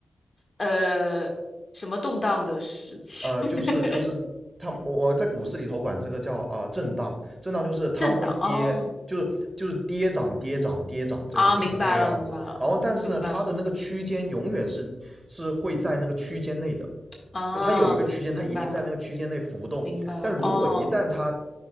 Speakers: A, on the left (about 40°); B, on the right (about 30°).
A: 呃什么动荡的事情，
B: 呃，
A: <laughs>
B: 就是就是它，我我在股市里头管这个叫啊、呃震荡，震荡就是它会跌，
A: 震荡哦
B: 就是就是跌涨跌涨跌涨，这个一直这个样子。
A: 啊，明白了明白了明白了，
B: 然后但是呢，它的那个区间永远是是会在那个区间内的，
A: 嗯啊明白了
B: 就它有一个区间，它一定在那个区间内浮动。
A: 明白了哦
B: 但如果一旦它